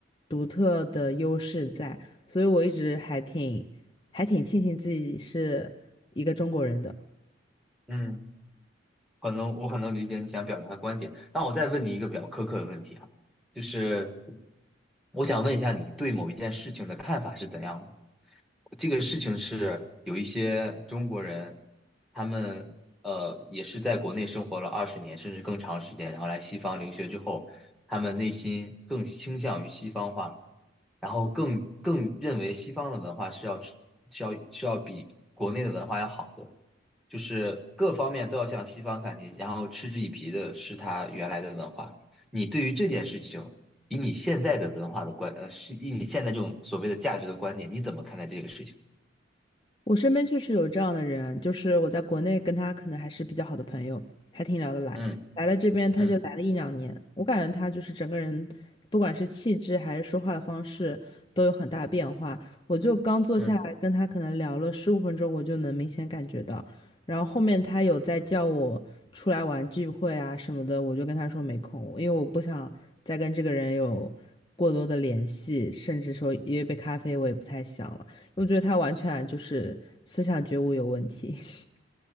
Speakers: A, on the left; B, in the centre.
A: 独特的优势在，所以我一直还挺还挺庆幸自己是一个中国人的。
B: 嗯。可能我很能理解你想表达的观点。那我再问你一个比较苛刻的问题哈，就是我想问一下你对某一件事情的看法是怎样的？这个事情是有一些中国人，他们呃也是在国内生活了二十年甚至更长时间，然后来西方留学之后，他们内心更倾向于西方化，然后更更认为西方的文化是要是要是要比国内的文化要好的。就是各方面都要向西方看齐，然后嗤之以鼻的是他原来的文化。你对于这件事情，以你现在的文化的观，呃，是以你现在这种所谓的价值的观点，你怎么看待这个事情？
A: 我身边确实有这样的人，就是我在国内跟他可能还是比较好的朋友，还挺聊得来。
B: 嗯
A: 来了这边他就来了一两年，
B: 嗯
A: 我感觉他就是整个人，不管是气质还是说话的方式，都有很大变化。我就刚坐下来跟他可能聊了十五分钟，
B: 嗯
A: 我就能明显感觉到。然后后面他有在叫我出来玩聚会啊什么的，我就跟他说没空，因为我不想再跟这个人有过多的联系，甚至说约杯咖啡我也不太想了。我觉得他完全就是思想觉悟有问题。<laughs>